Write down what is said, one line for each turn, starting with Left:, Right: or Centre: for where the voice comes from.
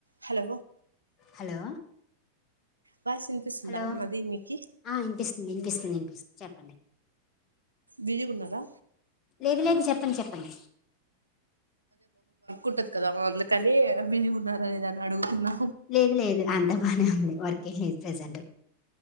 Right: Hello
Left: hello
Right: voice వినిపిస్తుందా
Left: hello
Right: అది మీకి
Left: ఆ వినిపిస్తుంది వినిపిస్తుంది వినిపిస్తుంది చెప్పండి
Right: బిజీ గున్నారా
Left: లేదు లేదు చెప్పండి చెప్పండి
Right: ఉంటర్ కదా అందుకని వబిజీ గా ఉన్నారా లేద అని అడుగుతున్నా
Left: లేదు లేదు అం త బానే ఉంది వర్క్ లేదు ప్రెసెంట్